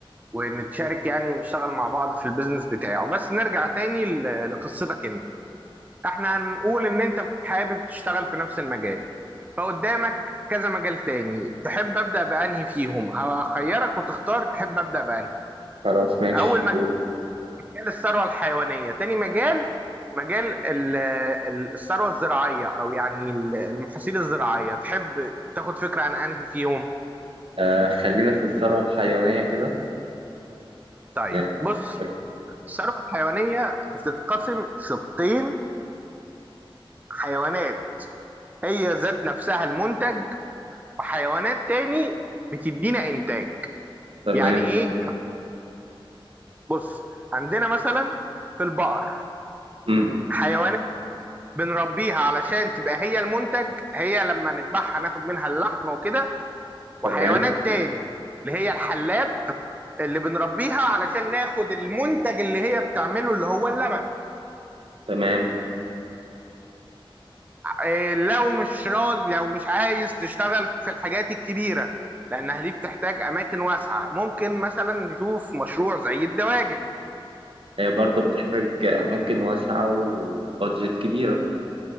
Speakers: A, on the right; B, on the right.
A: ونتشارك يعني ونشتغل مع بعض في البيزنس بتاعه بس نرجع تاني ل- لقصتك انت احنا هنقول ان انت حابب تشتغل في نفس المجال فقدامك كذا مجال تاني تحب ابدأ بأنهي فيهم هخيرك وتختار تحب ابدأ بأنهي
B: خلاص ماشي
A: اول
B: قول.
A: مجال الثروه الحيوانيه تاني مجال مجال ال- ال- الثروه الزراعيه او يعني ال- المحاصيل الزراعيه تحب تاخد فكره عن انهي فيهم
B: آه خلينا في الثروة الحيوانية كده
A: طيب
B: يعني
A: بص
B: قول.
A: الثروه الحيوانيه بتتقسم شقين حيوانات هي ذات نفسها المنتج وحيوانات تاني بتدينا انتاج
B: تمام
A: يعني ايه بص عندنا مثلا في البقر
B: مم.
A: حيوانات بنربيها علشان تبقى هي المنتج هي لما نذبحها ناخد منها اللحمه وكده وحيوانات
B: تمام
A: تاني اللي هي الحلاب اللي بنربيها علشان ناخد المنتج اللي هي بتعمله اللي هو اللبن
B: تمام
A: إيه، لو مش راضي لو مش عايز تشتغل في الحاجات الكبيرة لأنها دي بتحتاج أماكن واسعة ممكن مثلا نشوف مشروع زي الدواجن
B: هي برضو بتحتاج أماكن واسعة وبادجت كبيرة